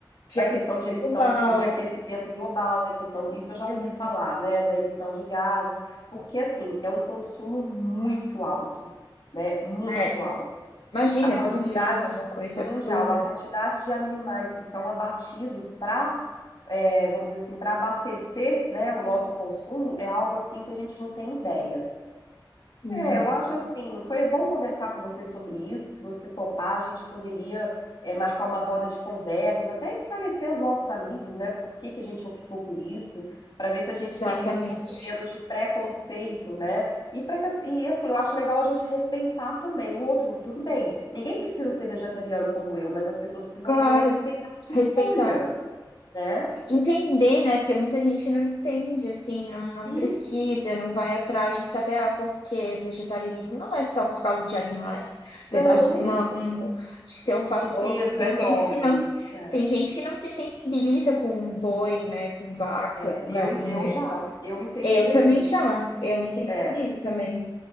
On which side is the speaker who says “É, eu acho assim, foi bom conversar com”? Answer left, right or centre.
Left